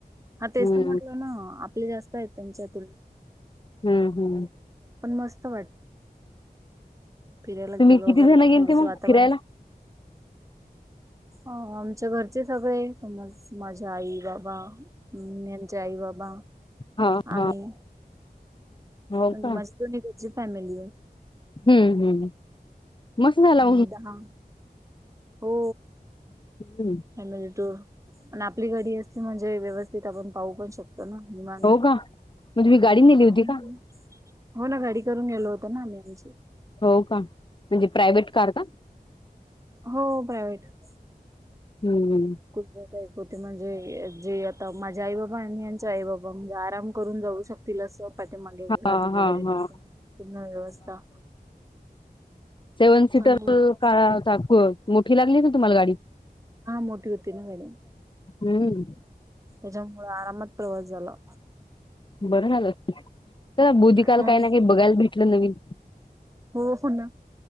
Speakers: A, on the right (about 20°); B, on the left (about 30°).
A: हा
B: हम्म
A: तेच तर म्हटलं ना आपले जास्त आहेत त्यांच्या तुलनेत
B: हम्म हम्म.
A: पण मस्त वाट फिरायला
B: तुम्ही
A: गेलो
B: किती
A: वगैरे
B: जण गेलते
A: थोडस
B: मग
A: वातावरण.
B: फिरायला
A: हा आमच्या घरचे सगळे समज माझ्या आई बाबा. हम्म यांचे आई बाबा
B: हा
A: आम्ही
B: हा हो
A: म्हणजे
B: का
A: मस्त. तुम्ही तिची फॅमिली आहे.
B: हम्म. हम्म. मस्त झाला
A: आम्ही दहा हो
B: <unintelligible>
A: फॅमिली टूर प आपली गाडी असली म्हणजे व्यवस्थित आपण पाहू पण शकतो. तनू निवांत.
B: हो का? मग तुम्ही गाडी नेली होती
A: हम्म
B: का?
A: हो ना गाडी करून गेलो होतं ना आम्ही आमची.
B: हो का. म्हणजे प्रायव्हेट कार का?
A: हो प्रायव्हेट.
B: हम्म. हम्म.
A: कुठ काय ऐक होते म्हणजे जे आता माझे आई बाबा आणि यांच्या आई बाबा म्हणजे आराम करून जाऊ शक तिला सपाटं मागे
B: हा
A: गादी
B: हा
A: वगैरे
B: हा
A: त्यास पूर्ण व्यवस्था.
B: सेवन सीटर
A: चांगली होती
B: काळा चाक मोठी लागली ना तुम्हाला गाडी.
A: हा मोठी होती ना मॅडम
B: हम्म
A: त्याच्यामुळे आरामात प्रवास झाला.
B: बरं झालं. चला बुद्धिकाल
A: हम्म
B: काही ना काही बघायला भेटलं नवीन.
A: हो हो ना